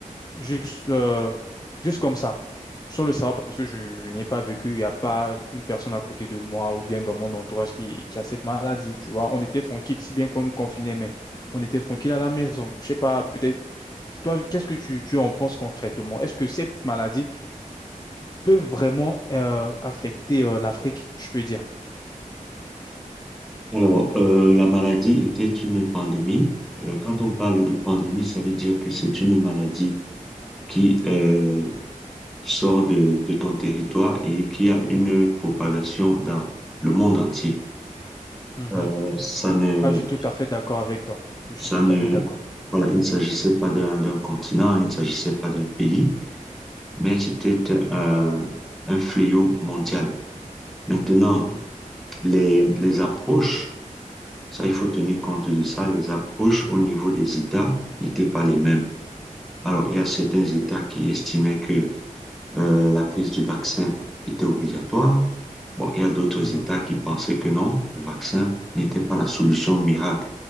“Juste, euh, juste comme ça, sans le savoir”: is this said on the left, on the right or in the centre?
Left